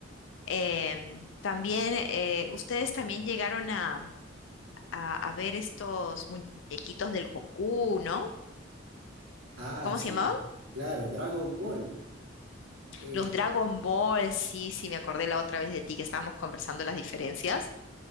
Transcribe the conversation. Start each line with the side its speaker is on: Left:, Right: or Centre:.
Left: em, también, eh, ustedes también llegaron a, a, a ver estos muñequitos del Goku, ¿no?
Right: Ah,
Left: ¿Cómo
Right: sí,
Left: se llamaban?
Right: claro, Dragon Ball. Eh,
Left: Los Dragon Ball, sí, sí, me acordé la otra vez de ti que estábamos conversando las diferencias.